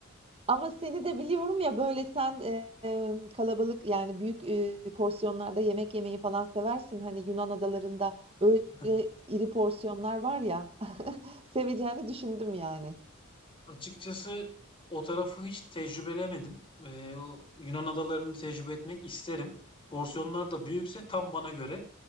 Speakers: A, on the right; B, on the left.
A: Ama seni de biliyorum ya, böyle, sen, emm, kalabalık, yani, büyük, eee, porsiyonlarda yemek yemeyi falan seversin. Hani, Yunan adalarında öyle
B: <laughs>
A: iri porsiyonlar var ya, <laughs> seveceğini düşündüm yani.
B: Açıkçası o tarafı hiç tecrübelemedim. Ee, o Yunan adalarını tecrübe etmek isterim. Porsiyonlar da büyükse tam bana göre.